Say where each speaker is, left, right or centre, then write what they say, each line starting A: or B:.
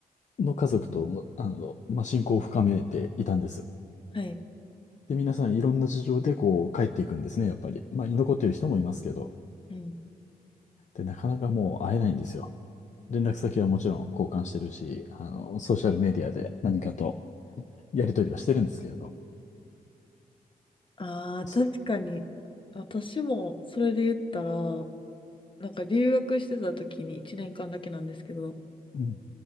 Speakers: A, on the left; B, on the left.
A: の家族と、あの、まあ、親交を深めていたんです。
B: はい。
A: で、皆さんいろんな事情でこう帰っていくんですね、やっぱり。まあ、居残ってる人もいますけど、
B: うん。
A: で、なかなかもう会えないんですよ。連絡先はもちろん交換してるし、あの、ソーシャルメディアで何かとやりとりはしてるんですけれど。
B: ああ、
A: そ
B: 確かに。私もそれで言ったら、なんか留学してた時に1年間だけなんですけど、
A: うん、